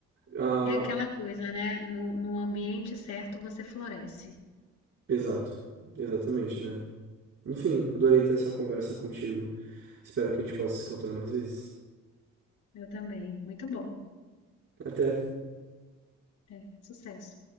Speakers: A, on the right; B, on the left.
A: ah,
B: É aquela coisa, né? No, no ambiente certo você floresce.
A: exato, exatamente, Dani. Enfim, adorei ter essa conversa contigo. Espero que a gente possa se encontrar mais vezes.
B: Eu também. Muito bom.
A: Até.
B: É, sucesso.